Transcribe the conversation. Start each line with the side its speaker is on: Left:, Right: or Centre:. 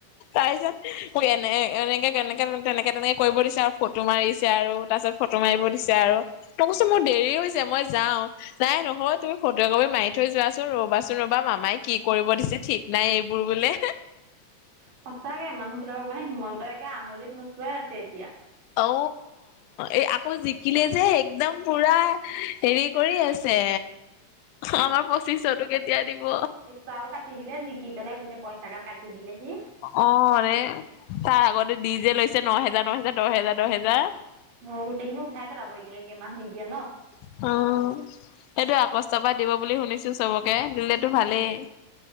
Left: তাৰ পিছত মোক এনে এনেকে এনেকে তেনেকে তেনেকে কৰিব দিছে আৰু ফটো মাৰিছে আৰু তাৰপিছত ফটো মাৰিব দিছে আৰু মই কৈছো মোৰ দেৰি হৈছে মই যাও নাই নহব তুমি ফটো একপি মাৰি থৈ যোৱাচোন ৰবাচোন ৰবা মামাই কি কৰিব দিছে ঠিক নাই এইবোৰ বোলে-
Right: সঁচাকে মানুহবিলাকক মানে হিমন্তই একে আঙুলিত নোচোৱাই আছে এতিয়া
Left: অ এই আকৌ জিকিলে যে একদম পুৰা হেৰি কৰি আছে আমাৰ পঁচিশতো কেতিয়া দিব
Right: তাও কাটি দিলে জিকি পেলাই গোটেই পইচা গাল কাটি দিলে সি।
Left: অ ৰে তাৰে আগতে দি যে লৈছে ন হেজাৰ ন হেজাৰ দহ হেজাৰ দহ হেজাৰ।
Right: অ গোটেইখিনি উঠাই পেলাব এইকে মাহ নিদিয়ে ন।
Left: উ সেইটোৱে আগষ্টৰ পৰা দিব বুলি শুনিছো চবকে দিলেতো ভালেই।